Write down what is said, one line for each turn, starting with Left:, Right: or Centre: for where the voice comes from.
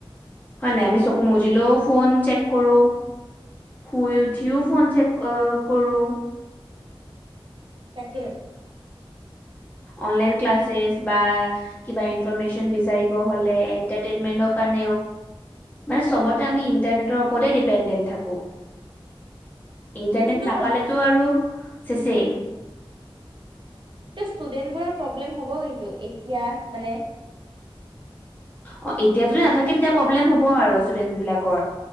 Left: হয় নাই আমি চকু মুজিলোও ফোন চেক কৰো শুই উঠিও ফোন চেক কৰো
Right: তাকে
Left: অনলাইন কালচ বা কিবা ইনফন বিচ হ ইন্টাৰনেটত
Right: উম,
Left: কাৰণ মানে চবতে আমি ইন্টাৰনেটৰ ওপৰতে ডিপেণ্ডেণ্ট থাকো। ইন্টাৰনেট
Right: কিন্তু
Left: নাপালেতো আৰু চেছেই।
Right: উম, ষ্টুডেন্টবোৰৰ প্ৰব্লেম হ'ব কিন্তু এতিয়া মানে।
Left: অঁ এতিয়া যদি নাথাকে তেতিয়া প্ৰব্লেম হ'ব আৰু ষ্টুডেন্ট বিলাকৰ।